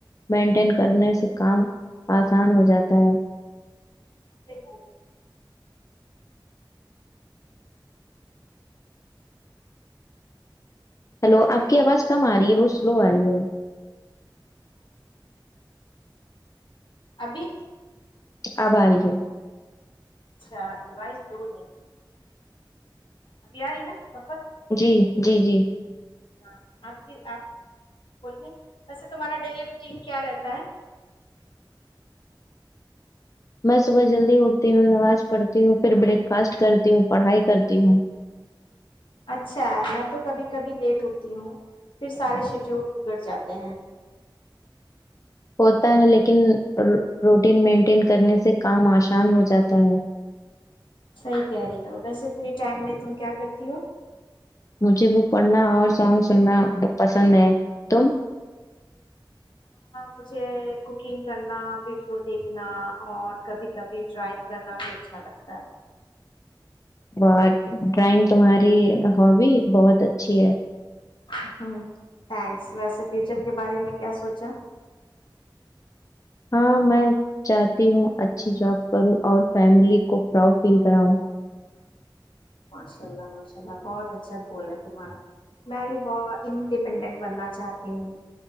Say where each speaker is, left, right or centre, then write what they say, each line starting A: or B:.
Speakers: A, on the left; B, on the left.
A: مینٹین کرنے سے کام آسان ہو جاتا ہے
B: سییک
A: ہلو آپ کی آواز کم آ رہی ہے بہت سلو آ رہی ہے <inaudible>
B: ابھی
A: آب آاری ہےئے
B: اچھا ل دور ہے اب ارینا رپا
A: جی جی جی
B: ہاں آپ کی آپ بولیے ویسے تمہارا ڈیلی روٹین کیا رہتا ہے
A: میں صبح جلدی اٹھتی ہوں نماز پڑھتی ہوں پھر بریک کاسٹ کرتی ہوں پڑھائی کرتی ہوں
B: اچھا ہے میں تو کبھی کبھی لیٹ اٹتی ہوں پھر سارے شیڈیول بگڑ جاتے ہیں
A: ہوتا ہے لیکن روٹین مینٹین کرنے سے کام آسان ہو جاتا ہے
B: صحیح کہہ رہی ہو ویسے فری ٹائم میں تم کیا کرتی ہو
A: مجھے بک پڑھنا اور سانگ سننا پسند ہے تم
B: مجھے کوکنگ کرنا ویڈیو دیکھنا اور کبھی کبھی ڈرائنگ کرنا بھی اچھا لگتا ہے
A: اور ڈرائنگ تمہاری ہابی بہت اچھی ہے
B: ہ تھینکس ویسے فیوچر کے بارے میں کیا سوچا
A: ہاں میں چاہتی ہوں اچھی جاب کروں اور فیملی کو پراؤڈ فیل کراؤں
B: ماشا اللہ ماشاء اللہ بہت اچھا بول ہے تمہارا میں بھی ب انڈیپینڈنٹ بننا چاہتی ہوں